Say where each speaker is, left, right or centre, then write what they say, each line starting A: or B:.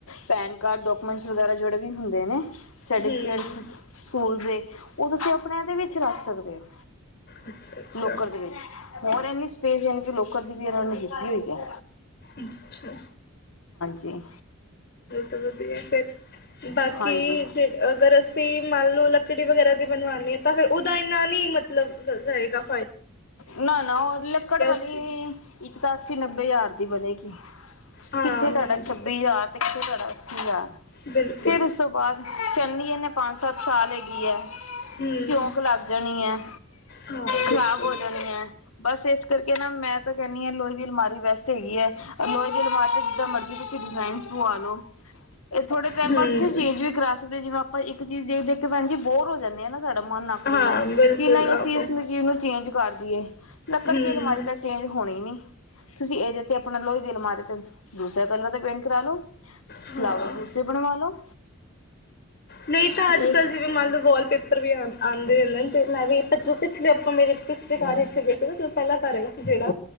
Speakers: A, on the left; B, on the left.
A: ਪੈਨ ਕਾਰਡ ਡੋਕੂਮੈਂਟ ਵੈਗਰਾ ਜਿਹੜੇ ਵੀ ਹੁੰਦੇ ਨੇ ਸਰਟੀਫਿਕੇਟ
B: ਹੂੰ
A: ਸਕੂਲ ਦੇ ਉਦੋਂ ਤੁਸੀਂ ਆਪਣੇ ਆਦੇ ਵਿੱਚ ਰੱਖ ਸਕਦੇ ਹੋ।
B: ਅੱਛਾ ਅੱਛਾ।
A: ਲੋਕਰ ਦੇ ਵਿੱਚ ਹੋਰ ਇੰਨੀ ਸਪੇਸ ਹੈ ਨੀ ਲੋਕਰ ਦੀ ਵੀ ਇਹਨੀ‌ ਦਿੱਤੀ ਹੋਈ ਐ।
B: ਅੱਛਾ।
A: ਜੀ।
B: ਚਲੋ ਵਧੀਆ ਫਿਰ ਬਾਕੀ
A: ਹਾਂਜੀ
B: ਜੇ ਅਗਰ ਅਸੀਂ ਮੰਨ ਲਓ ਲੱਕੜੀ ਵਗੈਰਾ ਦੀ ਬਣਵਾਣੇ ਤਾਂ ਫਿਰ ਉਹਦਾ ਇੰਨਾ ਨਈ ਨਹੀਂ ਮਤਲਬ ਰਏਗਾ।
A: ਨਾ ਨਾਂ ਉ ਲੱਕੜ ਵਾਲੀ
B: ਸਟੀਲ
A: ਇੱਕ ਤਾਂ ਅੱਸੀ-ਨੱਬੇ ਹਜ਼ਾਰ ਦੀ ਬਣੇਗੀ।
B: ਹਾਂ
A: ਕਿੱਥੇ
B: ਮਹਿੰਗੀ
A: ਤਾਡਾ ਛੱਬੀ
B: ਹੈ
A: ਹਜ਼ਾਰ ਤੇ ਕਿੱਥੇ ਤੁਆ ਅੱਸੀ ਹਜ਼ਾਰ।
B: ਬਿਲਕੁਲ
A: ਫਿਰ ਉਸ ਤੋਂ ਬਾਅਦ <unintelligible> ਕਹਿੰਦੀ ਇਹਨੇ ਪੰਜ-ਸੱਤ ਸਾਲ ਹੈਗੀ ਏ।
B: ਹਮ
A: ਸਿਊਂਕ ਲੱਗ ਜਾਣੀ ਐ,
B: ਹਾਂ
A: ਖਰਾਬ
B: ਬਿਲਕੁਲ
A: ਹੋ ਜਾਣੀ ਐ, ਬਸ ਇਸ ਕਰਕੇ ਨਾ ਮੈਂ ਤਾਂ ਕਹਿੰਦੀ ਆਂ, ਲੋਹੇ ਦੀ ਅਲਮਾਰੀ ਵੈਸਟ ਸਹੀ ਐ, ਲੋਹੇ ਦੀ ਅਲਮਾਰ ਤੇ ਚ ਜਿੱਦਾਂ ਮਰਜ਼ੀ ਤੁਸੀਂ ਡਿਜ਼ਾਇਨ ਪਵਾ ਲੋ। ਇਹ ਥੋੜੇ ਟਾਈਮ
B: ਹਮ
A: ਬਾਅਦ ਤੁਸੀਂ ਚੇਂਜ ਵੀ ਕਰਾ ਸਕਦੇ ਜਿਵੇਂ ਆਪ ਪਰ ਇੱਕ ਚੀਜ਼ ਦੇਖ ਦੇਖ ਕੇ ਭੈਣ ਜੀ ਬੋਰ ਹੋ ਜਾਂਣੇ ਆਂ ਨਾਂ। ਸਾਡਾ ਮਨ ਅੱਕ ਜਾਂਦਾ
B: ਹਾਂ ਬਿਲਕੁਲ
A: ਕਿ ਨਈਂ
B: ਆਹੋ
A: ਅਸੀਂ ਇਸ ਚੀਜ਼ ਨੂੰ ਚੇਂਜ ਕਰਦੀਏ। ਲੱਕੜ
B: ਹਮ
A: ਦੀ ਅਲਮਾਰੀ ਤਾਂ ਚੇਂਜ ਹੋਣੀ ਨੀਂ। ਤੁਸੀਂ ਇਹਦੇ ਤੇ ਆਪਣਾ ਲੋਹੇ ਅਲਮਾਰੀ ਦੂਸਰੇ ਕਲਰ ਦਾ ਪੇਂਟ ਕਰਾ ਲਓ।
B: ਹਾਂ
A: ਫਲਾਵਰ ਦੂਸਰੇ ਬਣਵਾ ਲੋ
B: ਨਹੀਂ ਤਾਂ ਅੱਜ
A: ਇਹ
B: ਕੱਲ੍ਹ ਜਿਵੇਂ ਮੰਨ ਲਓ ਵਾਲਪੇਪਰ ਵੀ ਆਉਦੇਂ ਆ ਆਦੇ ਵੀ ਚੂਪ ਚ ਆਪ ਮੇਰੇ ਪਿਛਲੇ ਕਾਰੇ ਵਿੱਚ ਪਹਿਲਾ ਕਰ ਹੈਗਾ ਸੀ, ਜਿਹੜਾ